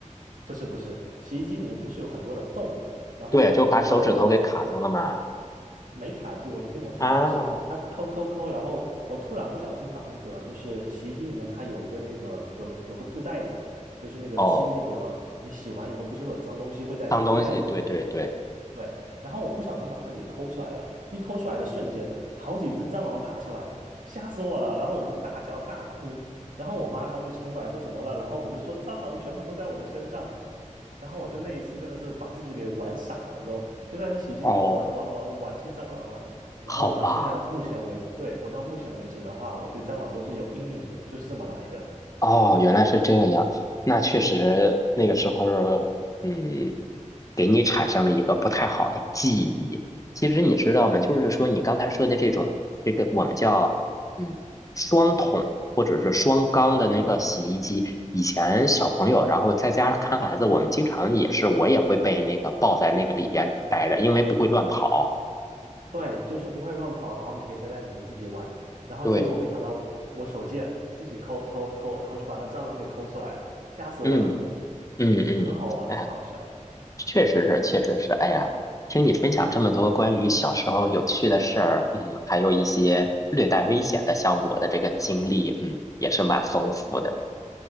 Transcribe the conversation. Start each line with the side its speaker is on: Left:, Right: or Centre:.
Right: 不是不是洗衣机里面不是有很多的洞嘛，然后还有很多的。
Left: 对，就把手指头给卡住了嘛。
Right: 没卡住，你听我说，
Left: 啊，
Right: 就是它抠抠抠，然后我突然不小心把那个就是洗衣机里面它有一个那个有有个布袋子，就是那个鸡那个你洗完以后不是会有脏东西会在那个布袋子里面吗？
Left: 哦，脏东西，对对对，
Right: 对，然后我不小心把那个给抠出来了，一抠出来的瞬间，好几只蟑螂爬出来，吓死我了。然后我就大叫大哭，然后我妈他们就冲过来说怎么了，然后我就说蟑螂全部都在我的身上，然后我就那一次真的是把自己给玩傻了都，就在那洗衣机里面玩玩玩玩出蟑螂来。
Left: 哦，
Right: 然后我到现在目前为，
Left: 好吧。
Right: 止，对，我到目前为止的话，我对蟑螂都是有阴影的，就是这么来的。
Left: 哦，原来是这个样。那确实，那个时候，嗯，给你产生了一个不太好的记忆。其实你知道吗？就是说你刚才说的这种，这个我们叫嗯双桶或者是双缸的那个洗衣机，以前小朋友然后在家看孩子，我们经常也是，我也会被那个抱在那个里边待着，因为不会乱跑。
Right: 对，就是不会乱跑，然后你可以待在里面自己玩。然后结果没想到我我手贱，
Left: 对，
Right: 自己抠抠抠，然后就把那蟑螂给抠出来了，吓死我了，
Left: 嗯嗯嗯，
Right: 就很好玩，
Left: 哎。
Right: 很好笑。
Left: 确实是，确实是。哎呀，听你分享这么多关于小时候有趣的事儿，嗯，还有一些略带危险的，像我的这个经历，嗯，也是蛮丰富的。